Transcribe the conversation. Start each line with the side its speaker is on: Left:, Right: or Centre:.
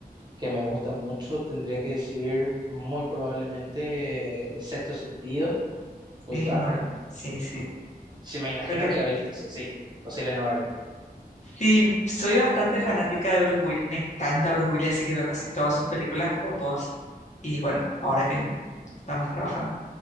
Right: que me gusta mucho, tendría que decir muy probablemente eh, Sexto Sentido, ubicás,
Left: sí, muy
Right: ¿verdad?
Left: bueno. Sí, sí.
Right: Sí, me imagino
Left: Creo que
Right: que la viste, sí, sí, posible no verla.
Left: sí, soy bastante fanática de Bruce Willis, me encanta Bruce Willis, así que veo casi todas sus películas o todas. Y bueno, ahora que no está más trabajando.